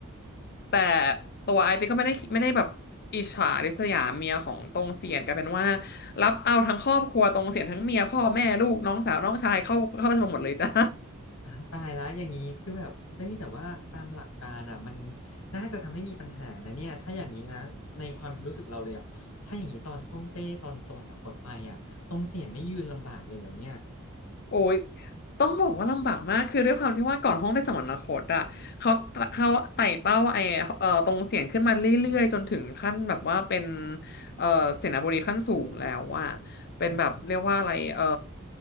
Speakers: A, on the left (about 50°); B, on the left (about 85°).
A: แต่ตัวไอตีก็ไม่ได้ไม่ได้แบบอิจฉาริษยาเมียของตรงเสียนกลายเป็นว่ารับเอาทั้งครอบครัวตรงเสียนทั้งเมียพ่อแม่ลูกน้องสาวน้องชายเข้าเข้าราชบัลลังก์หมดเลยจ้า
B: อ้าวตายแล้วอย่างนี้คือแบบเจ้ยแต่ว่าตามหลักการอ่ะมันน่าจะทำให้มีปัญหานะเนี่ยถ้าอย่างนี้นะในความรู้สึกเราเลยอ่ะถ้าอย่างนี้ตอนฮ่องเต้ตอนสวรรคตไปอ่ะตรงเสียนไม่ยืนลำบากเลยเหรอเนี่ย
A: โอ้ย ต้องบอกว่าลำบากมาก คือด้วยความที่ว่าก่อนห้องได้สมรรถคตอะเขาเขาไต่เต้าไอเอ่อตรงเสียงขึ้นมาเรื่อยๆ จนถึงขั้นแบบว่าเป็นเอ่อเสนาบดีขั้นสูงแล้วอะเป็นแบบเรียกว่าอะไรเอ่อ
B: อือหือ